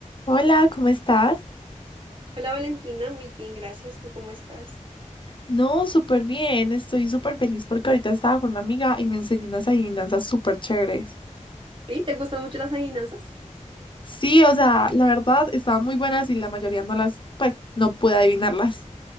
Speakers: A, on the left; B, on the right.
A: Hola, ¿cómo estás?
B: Hola Valentina, muy bien, gracias. ¿Tú cómo estás?
A: No, súper bien, estoy súper feliz porque ahorita estaba con una amiga y me enseñó unas adivinanzas súper chéveres.
B: ¿Sí? ¿Te gustan mucho las adivinanzas?
A: Sí, o sea, la verdad estaban muy buenas y la mayoría no las, pues, no pude adivinarlas.